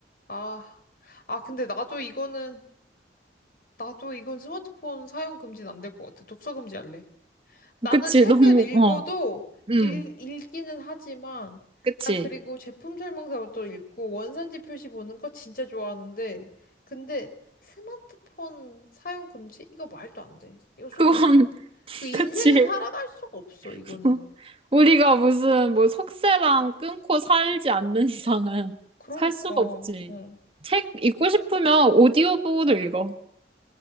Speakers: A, on the left (about 50°); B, on the right (about 30°).
A: 아, 아, 근데 나도 이거는 나도 이건 스마트폰 사용 금지는 안 될 것 같아. 독서 금지할래. 나는
B: 그치,
A: 책을
B: 너무,
A: 읽어도
B: 어. 응.
A: 읽, 읽기는 하지만
B: 그치.
A: 난 그리고 제품 설명서도 읽고 원산지 표시 보는 거 진짜 좋아하는데 근데 스마트폰 사용 금지? 이거 말도 안 돼. 이거 솔직히
B: 그건, <laughs>
A: 그 인생을
B: 그치.
A: 살아갈 수가 없어, 이거는.
B: <laughs> 우리가 무슨 뭐 속세랑 끊고 살지 않는 이상은
A: 그러니까
B: 살 수가 없지.
A: 어.
B: 책 읽고 싶으면 오디오북으로 읽어.